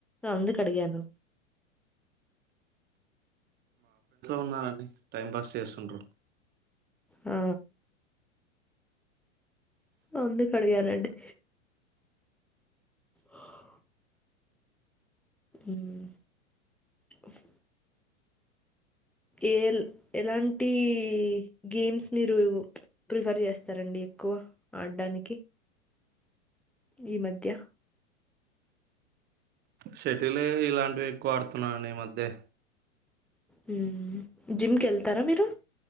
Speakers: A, in the centre; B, on the right (about 25°).
A: అందుకు అడిగాను
B: ఉన్నానండి టైం పాస్ చేస్తుండ్రు
A: ఆ అందుకు అడిగానండి హా ఉమ్ ఫో ఏ ఎలాంటి గేమ్స్ మీరు ప్రిఫర్ చేస్తారండి ఎక్కువ ఆడడానికి ఈ మధ్య
B: షటిలే ఇలాంటివి ఎక్కువ ఆడుతున్నానండి ఈ మధ్య
A: హ జిమ్ కెల్తారా మీరు